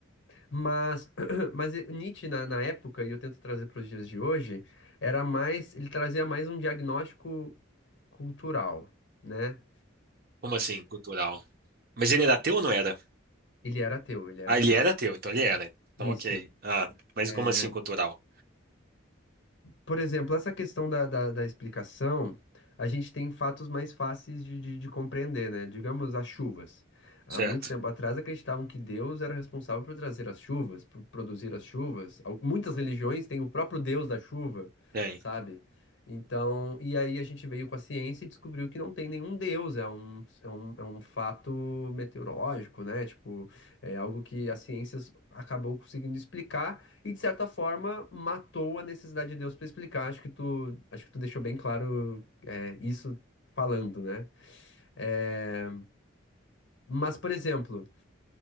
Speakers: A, on the left (about 60°); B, on the right (about 45°).
A: mas, <clears throat> mas e- Nietzsche na, na época, e eu tento trazer para os dias de hoje, era mais, ele trazia mais um diagnóstico cultural, né?
B: Como assim, cultural? Mas ele era ateu ou não era?
A: Ele era ateu, ele era
B: Ah,
A: ateu.
B: ele era teu, então ele era. Então,
A: Isso.
B: ok. Ah, mas
A: É,
B: como assim cultural?
A: por exemplo, essa questão da, da, da explicação, a gente tem fatos mais fáceis de, de, de compreender, né? Digamos, as chuvas.
B: Certo.
A: Há muito tempo atrás acreditavam que Deus era responsável por trazer as chuvas, por produzir as chuvas. Al- Muitas religiões têm o próprio Deus da chuva,
B: Tem.
A: sabe? Então, e aí a gente veio com a ciência e descobriu que não tem nenhum Deus, é um, é um, é um fato meteorológico, né? Tipo, é algo que a ciência acabou conseguindo explicar. E de certa forma matou a necessidade de Deus para explicar. Acho que tu, acho que tu deixou bem claro é, isso falando, né? É, mas, por exemplo,